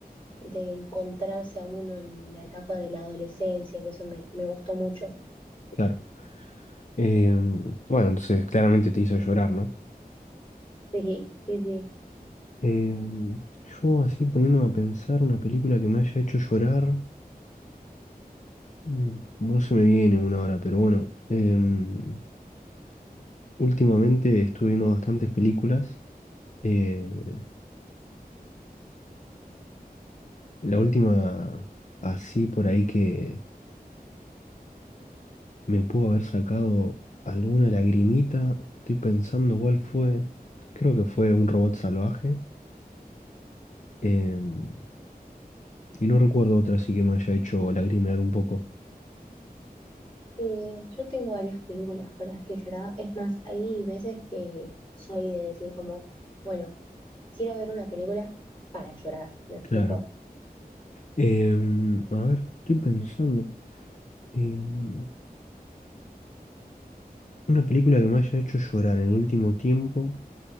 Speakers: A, on the left; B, on the left.
A: de encontrarse a uno en la etapa de la adolescencia, que eso me, me gustó mucho.
B: Claro. Em, bueno, entonces claramente te hizo llorar, ¿no?
A: Sí, sí, sí.
B: Em, yo así poniéndome a pensar una película que me haya hecho llorar. Mm, No se me viene una hora, pero bueno. em, últimamente estuve viendo bastantes películas. eh, la última, así por ahí que me pudo haber sacado alguna lagrimita. Estoy pensando cuál fue. Creo que fue Un robot salvaje. em, y no recuerdo otra así que me haya hecho lagrimear un poco.
A: Y yo tengo varias películas con las que he llorado. Es más, hay veces que soy de decir como, bueno, quiero ver una película para llorar, ¿me explico?
B: Claro. Em, a ver, estoy pensando. em, Una película que me haya hecho llorar en el último tiempo.